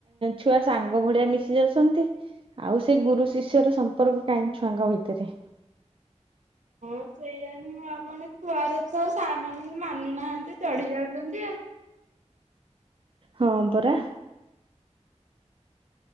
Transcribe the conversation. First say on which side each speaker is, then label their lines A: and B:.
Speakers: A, on the right (about 45°); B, on the right (about 80°).
A: ଛୁଆ ସାଙ୍ଗ ଭଳିଆ ମିଶି ଯାଉଛନ୍ତି ଆଉ ସେ ଗୁରୁ ଶିଷ୍ୟର ସମ୍ପର୍କ କାହିଁକି ଛୁଆଙ୍କ ଭିତରେ
B: ହଁ ସେଇଆ ନୁହଁ ଆ କଣ ଛୁଆର ତ ସାର୍ ମାନଙ୍କୁ ମାନୁନାହାନ୍ତି ଚଢିଯାଉ ରନ୍ତି ଆ
A: ହଁ ପରା।